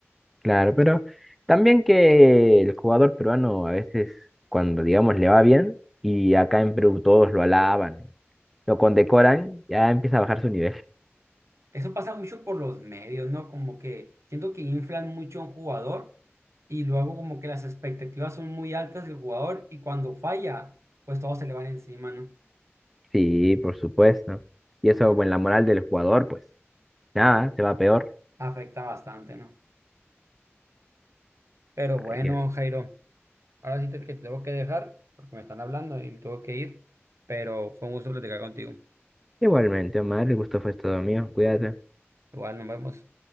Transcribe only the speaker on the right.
Eso pasa mucho por los medios, ¿no? Como que siento que inflan mucho a un jugador y luego como que las expectativas son muy altas del jugador y cuando falla, pues todos se le van encima, ¿no?
Afecta bastante, ¿no? Pero bueno,
Jairo, ahora sí te, que te tengo que dejar porque me están hablando y me tengo que ir, pero fue un gusto platicar contigo.
Igual nos vemos.